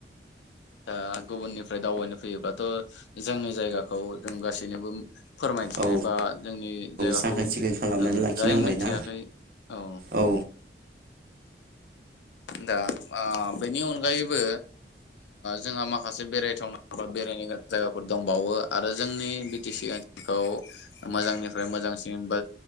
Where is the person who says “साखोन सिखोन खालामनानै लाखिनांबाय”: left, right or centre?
Right